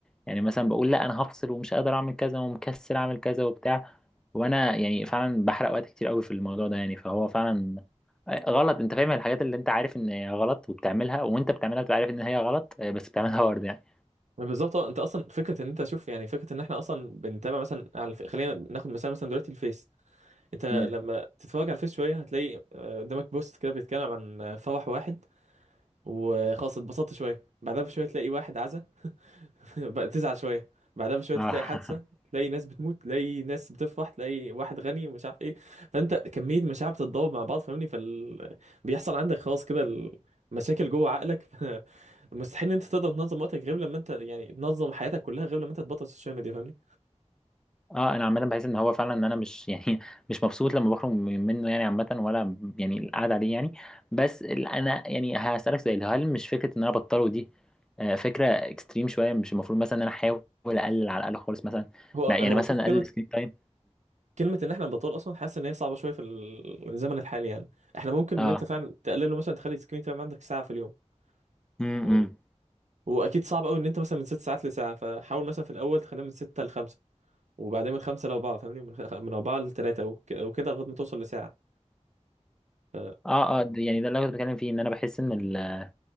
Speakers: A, in the centre; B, on the right.
A: يعني مثلا بقول لا انا هفصل ومش قادر اعمل كذا ومكسل اعمل كذا وبتاع وانا يعني فعلا بحرق وقت كتير قوي في الموضوع ده يعني فهو فعلا آه، غلط انت فاهم الحاجات اللي انت عارف ان هي غلط وبتعملها وانت بتعملها بتبقى عارف ان هي غلط آه، بس بتعملها برضه يعني
B: ما بالظبط اه انت اصلا فكره ان انت شوف يعني فكره ان احنا اصلا بنتابع مثلا على الف... خلينا ناخد مثال مثلا دلوقتي الفيس انت لما
A: مم.
B: تتفرج على الفيس شويه هتلاقي آه، قدامك بوست كده بيتكلم عن آه، فرح واحد وخلاص اتبسطت شويه بعدها بشويه تلاقي واحد عزا <laughs> بقى تزعل شويه بعدها بشويه
A: اه
B: تلاقي حادثه
A: <laughs>
B: تلاقي ناس بتموت تلاقي ناس بتفرح تلاقي واحد غني مش عارف ايه فانت كميه مشاعر بتتضارب مع بعض فاهمني فال... بيحصل عندك خلاص كده المشاكل جوه عقلك <laughs> ف- مستحيل ان انت تقدر تنظم وقتك غير لما انت يعني تنظم حياتك كلها غير لما انت تبطل السوشيال ميديا فاهمني
A: اه انا عامه بحس ان هو فعلا ان انا مش يعني <laughs> مش مبسوط لما بخرج منه يعني عامه ولا يعني القعده عليه يعني بس ال- انا يعني هسالك سؤال هل مش فكره ان انا بطله دي آه، فكره اكستريم شويه مش المفروض مثلا ان انا احاول اقلل على الاقل خالص مثلا
B: هو
A: ما- يعني
B: هو
A: مثلا
B: شوف كلمه
A: اقلل سكرين تايم
B: كلمه ان احنا نبطل اصلا حاسس ان هي صعبه شويه في الزمن الحالي يعني احنا ممكن
A: اه
B: ان انت فعلا تقلله مثلا تخلي السكرين تايم عندك ساعه في اليوم
A: امم
B: فاهمني واكيد صعب قوي ان انت مثلا من ست ساعات لساعه فحاول مثلا في الاول تخليها من سته لخمسه وبعدين من خمسة لأربعة فاهمني من, خ... من أربعة لتلاتة وك... وكده لغاية ما توصل لساعة ف...
A: اه اه ده- يعني ده اللي انا كنت بتكلم فيه ان انا بحس ان ال